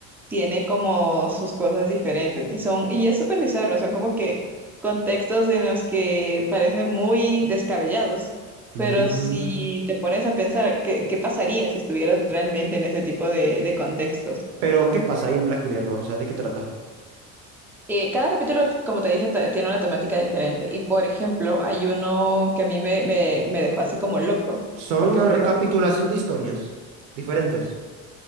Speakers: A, in the centre; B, on the right (about 80°).
A: tiene como sus cosas diferentes y son y es súper bizarro, son como que contextos en los que parecen muy descabellados,
B: Mm,
A: pero si te pones a pensar qué, qué pasaría si estuvieras realmente en ese tipo de de contextos.
B: Pero, ¿qué pasa ahí en Black Mirror? O sea, ¿de qué trata?
A: Eh, cada capítulo, como te dije, te- tiene una temática diferente. Y por ejemplo, hay uno que a mí me, me- me dejó así como loco,
B: Son
A: porque
B: una
A: fue
B: recapitulación
A: como...
B: de historias diferentes.